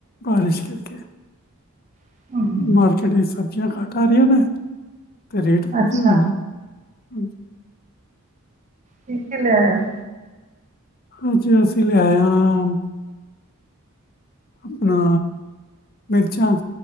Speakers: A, on the left (about 45°); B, on the right (about 35°).
A: ਬਾਰਿਸ਼ ਕਰਕੇ।
B: ਹਮ
A: ਮਾਰਕੀਟ ਚ, ਸਬਜ਼ੀਆਂ ਘੱਟ ਆ ਰਹੀਆਂ ਨੇ। ਤੇ ਰੇਟ ਵਧੇ
B: ਅੱਛਾ,
A: ਹੋਏ ਨੇ। ਹਾਂਜੀ,
B: ਕੀ ਕੀ ਲਿਆਏ ਹੋ?
A: ਅੱਜ, ਅਸੀਂ ਲਿਆਏ ਹਾਂ। ਆਪਣਾ, ਮਿਰਚਾਂ